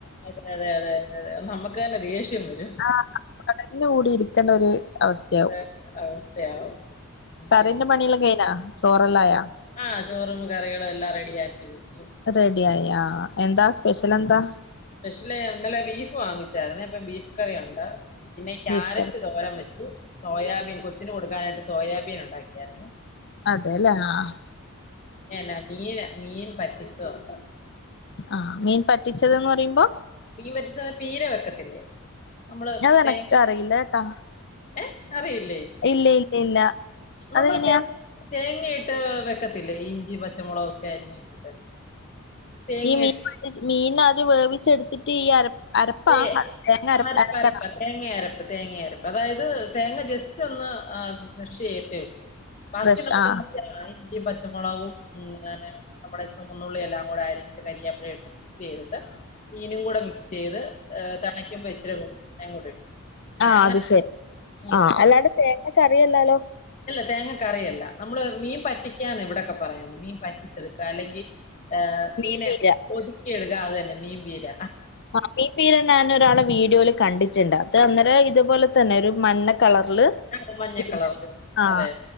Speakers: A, on the left (about 30°); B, on the left (about 55°).
A: അതെ അതെ അതെ അതെ നമുക്ക് തന്നെ ദേഷ്യം വരും
B: ആഹ് ചടഞ്ഞ് കൂടി ഇരിക്കേണ്ട ഒരു അവസ്ഥ
A: അതെ അവസ്ഥയാവും ഉം
B: കറിന്റെ പണിയെല്ലാം കഴിഞ്ഞോ ചോറെല്ലാം ആയോ
A: ആഹ് ചോറും കറികളും എല്ലാം റെഡിയാക്കി വെച്ചു
B: റെഡിയായി എന്താ സ്പെഷ്യൽ എന്താ
A: സ്പെഷ്യല് ഇന്നലെ ബീഫ് വാങ്ങിച്ചായിരുന്നു അപ്പം ബീഫ് കറിയാണ് പിന്നെ ക്യാരറ്റ്
B: ബീഫ് കറി
A: തോരം വെച്ചു സോയാബീൻ കൊച്ചിന് കൊടുക്കാനായിട്ട് സോയാബീൻ ഉണ്ടാക്കിയായിരുന്നു
B: അതെല്ലേ ആഹ്
A: ല്ല മീൻ മീൻ വറ്റിച്ചതുണ്ട്
B: ആഹ് മീൻ പറ്റിച്ചത് ന്ന് പറയുമ്പോ
A: മീൻ വറ്റിച്ച ചീര വെക്കത്തില്ലേ നമ്മള്
B: അതെനക്ക്
A: തേ
B: അറിയില്ല ട്ടാ
A: ഏ അറിയില്ലേ
B: ഇല്ല ഇല്ല ഇല്ല
A: നമ്മള്
B: അതെങ്ങനെയാ
A: തേങ്ങയിട്ട് വെക്കത്തില്ലേ ഇഞ്ചി, പച്ചമുളക് ഒക്കെ അരിഞ്ഞിട്ടിട്ട് തേങ്ങയിട്ട്
B: ഈ മീൻ മീൻ അത് വേവിച്ചെടുത്തിട്ട് ഈ അര അരപ്പാ
A: ഏ
B: തേങ്ങ അര
A: അരപ്പ്
B: അരക്കണോ
A: അരപ്പ് തേങ്ങ അരപ്പ് തേങ്ങ അരപ്പ് അതായത് തേങ്ങ ജസ്റ്റ് ഒന്ന് കൃഷ് ചെയ്യത്തേ ഉള്ളൂ ബാക്കിയുള്ള
B: ക്രഷ് ആ
A: <inaudible> ഇഞ്ചിയും പച്ചമുളകും ഉം അങ്ങനെ നമ്മുടെ ചുവന്നുള്ളി എല്ലാം കൂടെ അരിഞ്ഞിട്ട് കരിയാപ്പിലയിട്ട് മിക്സ് ചെയ്തിട്ട് മീനും കൂടെ മിക്സ് ചെയ്ത് ഏ, തിളയ്ക്കുമ്പോ ഇച്ചിരി വെളിച്ചെണ്ണയും കൂടെ ഇടും അങ്ങനെ
B: ആഹ്
A: അങ്ങനെ
B: അത് ശരി
A: ഉം
B: ആഹ്
A: ഉം
B: അല്ലാണ്ടെ തേങ്ങ കറിയല്ലാലോ
A: അല്ല തേങ്ങക്കറിയല്ല നമ്മള് മീൻ പറ്റിക്കാന്ന് ഇവിടൊക്കെ പറയുന്നത് മീൻ പറ്റ അല്ലെങ്കിൽ
B: മീൻ
A: മീനെ
B: പീര
A: ഒതുക്കി എടുക്കാ അത് തന്നെ മീൻ പീര
B: ആ മീൻ പീര ഞാൻ ഒരാളെ വീഡിയോൽ കണ്ടിട്ടുണ്ട് അത് അന്നേരം ഇതുപോലെ തന്നെ ഒരു മഞ്ഞ കളറില്
A: അതെ മഞ്ഞക്കളറില്
B: പിന്നെ ആ
A: അതെ